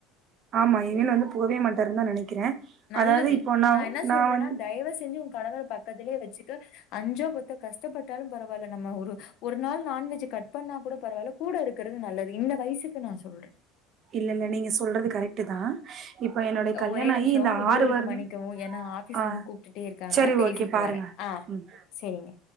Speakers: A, on the right; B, on the left.
A: ஆமா இனிமேல் வந்து போவே மாட்டாருன் தா நெனைக்கிறே
B: நல்லது
A: அதாவது இப்போ
B: நா என்ன சொல்றேன்னா
A: வந்
B: தயவு செஞ்சு உ கணவர பக்கத்துலே வச்சுக்க அஞ்சோ பத்தோ கஷ்டப்பட்டாலு பரவால்ல நம்ம ஒரு ஒரு ஒரு நாள் நான்வெஜ்ஜ கட் பண்ணா கூட பரவால்ல கூட இருக்குறது நல்லது இந்த வயசுக்கு நா சொல்றே
A: இல்ல இல்ல நீங்க சொல்றது கரெக்ட்டு தா இப்போ என்னுடைய கல்யாணோ
B: ஒரே
A: ஆகி
B: நிமிஷோ
A: இந்த
B: இடையூறுக்கு
A: ஆறு வருடம்
B: மன்னிக்கவும் ஏன்னா ஆபீஸ்ல
A: ஆ
B: இருந்து கூப்ட்டுட்டே இருக்காங்க
A: செரி
B: பேசிட்டு
A: ஓகே பாருங்க
B: வரே ஆ
A: ம்
B: செரிங்க